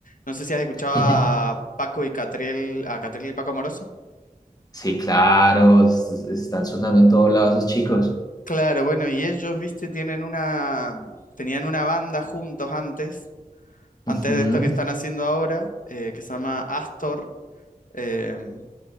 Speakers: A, on the left; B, on the left.
A: No sé si has escuchado
B: <laughs>
A: a Paco y Catriel, a Catriel y Paco Amoroso.
B: Sí, claro, es- es- están sonando en todos lados esos chicos.
A: Claro, bueno, y ellos, viste, tienen una, tenían una banda juntos antes, antes
B: Ujú,
A: de esto que están haciendo ahora, eh, que se llama Astor, em,